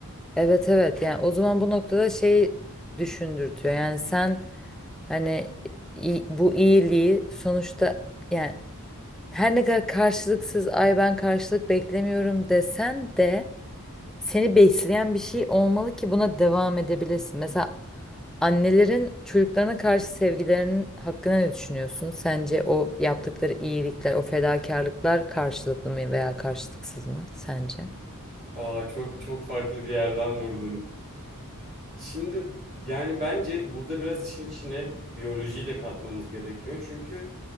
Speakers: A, in the centre; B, on the right (about 45°).
A: Evet evet yani o zaman bu noktada şey düşündürtüyor. Yani sen Hani i- bu iyiliği sonuçta yani her ne kadar karşılıksız ay ben karşılık beklemiyorum desen de seni besleyen bir şey olmalı ki buna devam edebilesin. Mesela annelerin çocuklarına karşı sevgilerinin hakkında ne düşünüyorsun? Sence o yaptıkları iyilikler, o fedakarlıklar karşılıklı mı veya karşılıksız mı sence?
B: Aa çok çok farklı bir yerden vurdun. Şimdi yani bence burada biraz işin içine biyolojiyi de katmamız gerekiyor. Çünkü